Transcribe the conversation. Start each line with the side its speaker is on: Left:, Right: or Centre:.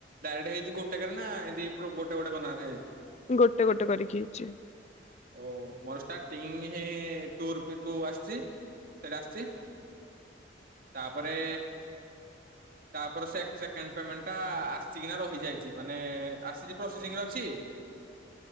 Right: ଡାଇରେକ୍ଟ ହେଇଛି ଗୋଟାକରେ ନା ଏ ଗୋଟେ ଗୋଟେ କ ହେଇଛି।
Left: ଗୋଟେ ଗୋଟେ କରିକି ହେଇଛି।
Right: ଓ ମୋର ଷ୍ଟାର୍ଟିଂ ଟୁ ରୁ। ଟୁ ଆସିଛି ସେଟା ଆସିଛି ତାପରେ ତାପରେ ସେକେଣ୍ଡ୍ ପେମେଣ୍ଟ୍ ଟା ଆସିିକିନା ରହିଯାଇଛି ମାନେ ଆସିଛି ପ୍ରୋସେସିଂରେ ଅଛି